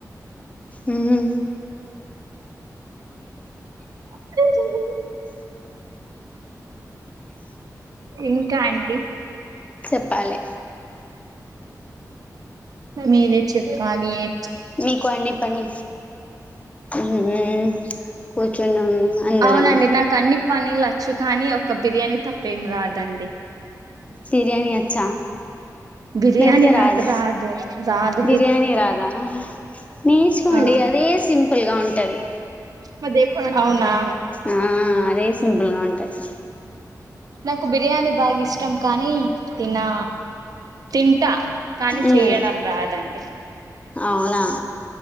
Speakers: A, on the left; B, on the right.
A: మ్మ్ హు
B: అప్పుడే చెయ్యండి ఇంకా అండి
A: చెప్పాలె
B: మీరే చిట్కానీ ఏ
A: మీకు అన్నీ పని మ్మ్ మ్మ్ కూర్చున్నాం అందరం
B: అవునండి నాకు అన్ని పనిలచ్చు కానీ ఒక బిర్యానీ తప్పేం రాదండి
A: బిర్యానీ వచ్చా
B: బిర్యానీ
A: లేకపోతే రాదా
B: నాకు రాదు రాదు
A: బిర్యానీ రాదా నేర్చుకోండి
B: ఆ
A: అదే సింపుల్ గా ఉంటది
B: <unintelligible> అవునా
A: ఆ అదే సింపుల్ గా ఉంటది
B: నాకు బిర్యానీ బాగా ఇష్టం కానీ తిన తింటా కానీ
A: ఉమ్
B: చెయ్యడం రాదండి
A: అవునా